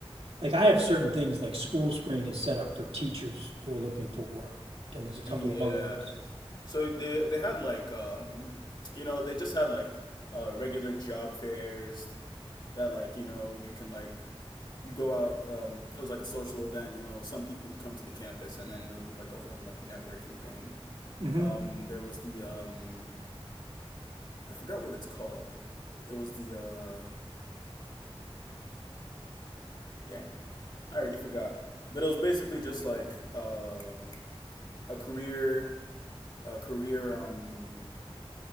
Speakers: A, on the right; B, on the left.
A: like I have certain things like School Spring is set up for teachers who are looking for work, and there's a
B: Yeah.
A: couple of other those.
B: So they they had like um you know they just had like uh regular job fairs that like you know you can like you go out um it was like a social event you know some people would come to the campus and then there'd be like a whole like networking thing
A: Mm-hmm.
B: um there was the um I forgot what it's called it was the uh dang I already forgot but it was basically just like uh a career a career um